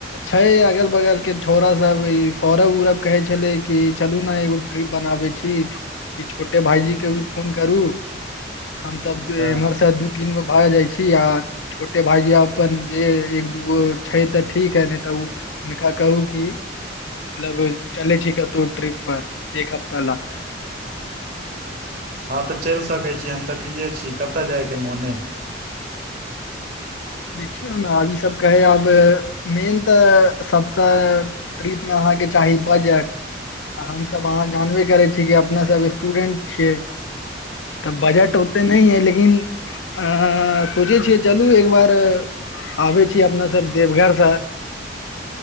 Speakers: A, on the left (about 80°); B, on the right (about 50°).
A: छैय अगल बगल के छौड़ सब ई सौरभ उरब कहे छलै कि चलू ने एगो डिरिप बनाबै छी कि छोटे भाईजी के भी फोन करू हम सब
B: हँ
A: एम्हर से दू तीन गो भय जाय छी आ छोटे भाईजी अपन जे एक ओ छै तऽ ठीक है नहि तऽ ओ हुनका कहू कि मतलब चलै छी कतौ ट्रिप पर एक हफ्ता ला
B: हँ तऽ चलि सकै छी हम तऽ फ्रिए छी कतय जायके मन अय
A: देखियौ न इस सब कहै अब मेन तऽ सबस ट्रिप आहा अहाँके चाही बजट हमसभ अहाँ जानबे करै छीय कि अपना सब स्टूडेंट छियै तऽ बजट ओते नैय अयै लेकिन अ सोचै छियै चलू एक बार आबय छी अपना सब देवघरसँ